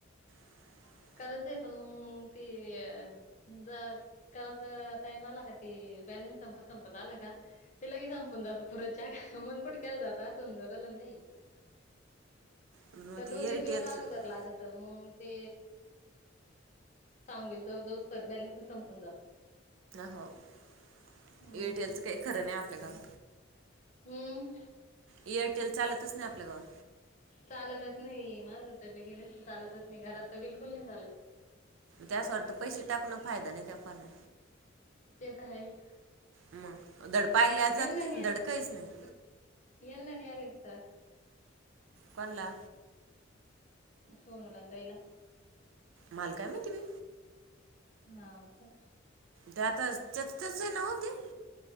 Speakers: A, on the right (about 75°); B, on the left (about 40°).
A: <inaudible>
B: कराच आहे पण मग ते अ ज करायचा टाईम आला का ते बॅलन्स संपत संपत आला का ते लई संपून जात पुढच्या का? मग कुडक्याला जाता असन जरलं <unintelligible> तेई.
A: मग
B: त्या दोन,
A: ते एअरटेलचं
B: तीन दिवस अगोदर लागत मग. ते चांगल जाऊजाऊस तर बॅलन्सच संपून जातात.
A: हो <inaudible>
B: हम्म
A: एअरटेलचं काही खरं नाही आपल्या गावात.
B: हम्. <inaudible>
A: एअरटेल चालतच नाही आपल्या गावात
B: चालतच नाही माझ तर लगेच चालतच नाही घरात तर बिलकुल नाही चालत.
A: ते असं वाटत पैसे टाकून ना फायदा नाही त्या पाण्या
B: ते तर आहेच.
A: मग धड पाहिल्या
B: हेंना
A: जात नाही
B: न्या
A: धड काहीच नाही
B: <inaudible> हेंना न्यायला एक तास
A: कोणला?
B: सोनूला आणि ताईला
A: मला काय माहिती बाई?
B: हा व का?
A: ते आताच तेच तस नव्हते.